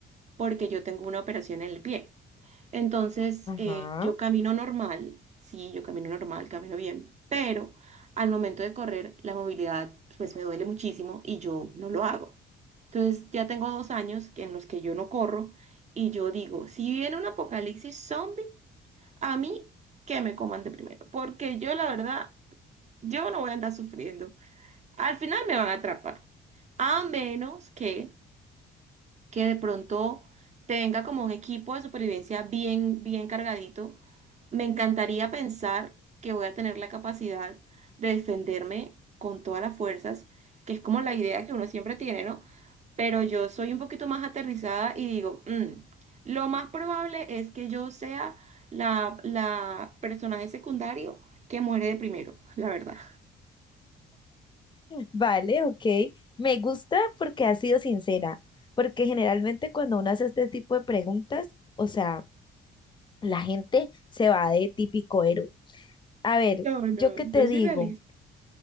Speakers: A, on the right (about 35°); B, on the left (about 25°).
A: porque yo tengo una operación en el pie. Entonces,
B: Ajá.
A: eh, yo camino normal, sí, yo camino normal, camino bien, pero al momento de correr, la movilidad pues me duele muchísimo y yo no lo hago. Entonces, ya tengo dos años que- en los que yo no corro y yo digo, si viene un apocalipsis zombie, a mí que me coman de primero, porque yo la verdad, yo no voy a andar sufriendo. Al final me van a atrapar, a menos que que de pronto tenga como un equipo de supervivencia bien, bien cargadito. Me encantaría pensar que voy a tener la capacidad de defenderme con todas las fuerzas, que es como la idea que uno siempre tiene, ¿no? Pero yo soy un poquito más aterrizada y digo, "Mm, lo más probable es que yo sea la, la personaje secundario que muere de primero, <laughs> la verdad.
B: Vale, ok. Me gusta porque has sido sincera, porque generalmente cuando uno hace este tipo de preguntas, o sea, la gente se va de típico héroe. A ver,
A: No, no,
B: yo qué
A: yo
B: te
A: soy
B: digo,
A: realista.